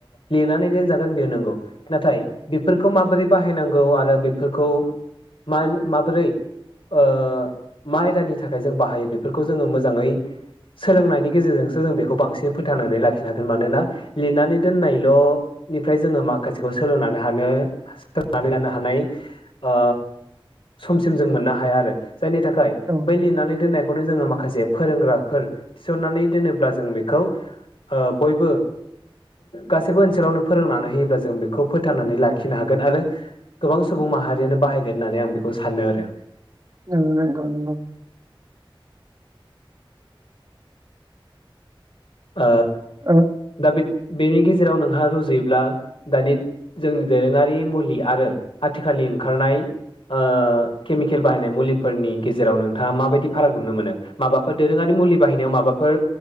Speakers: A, on the left; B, on the right.
A: लिरनानै दोनजागोन बे नंगौ नाथाय बेफोरखौ माबोरै बाहायनांगौ आरो बेफोरखौ मानि माबोरै ओ मा आयदानि थाखाय जों बाहायो बेफोरखौ जोङो मोजाङै सोलोंनायनि गेजेरजोंसो जों बेखौ बांसिनै फोथांनानै लाखिनो हागोन मानोना लिरनानै दोननायल' निफ्राय जोङो माखासेखौ सोलोंनानै हानो सोलनानै लानो हानाय ओ समसिम जों मोननो हाया आरो जायनि थाखाय
B: औ
A: बै लिरनानै दोननायखौनो जोङो माखासे फोरोंग्राफोर थिसननानै दोनोब्ला जों बेखौ ओ बयबो गासैबो ओनसोलावनो फोरोंनानै होयोब्ला जों बेखौ फोथांनानै लाखिनो हागोन आरो गोबां सुबुं माहारियानो बाहायगोन होननानै आं बेखौ सानो आरो
B: औ नंगौ नंगौ।
A: ओ
B: ओ
A: दा बि बेनि गेजेराव नोंहा रुजुयोब्ला दानि जोंनि दोरोङारि मुलि आरो आथिखालनि ओंखारनाय ओ केमिकेल बाहायनाय मुलिफोरनि गेजेराव नोंथाङा माबायदि फाराग नुनो मोनो? माबाफोर दोरोङारि मुलि बाहायनायाव माबाफोर